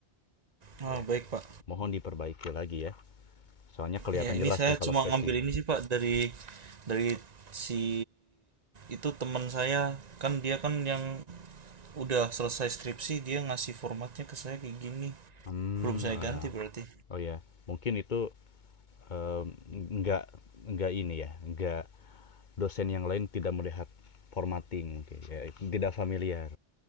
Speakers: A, on the right; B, on the left.
A: Ah,
B: Ya.
A: baik, Pak.
B: Mohon diperbaiki lagi ya. Soalnya kelihatan
A: Ya, ini
B: jelas
A: saya
B: nih
A: cuma
B: kalau spacing.
A: ngambil ini sih Pak dari dari si itu teman saya kan dia kan yang udah selesai skripsi dia ngasih formatnya ke saya kayak gini.
B: Hmm,
A: Belum saya
B: eh,
A: ganti berarti.
B: oh ya, mungkin itu eh, nggak nggak ini ya, nggak dosen yang lain tidak melihat formatting mungkin ya, tidak familiar.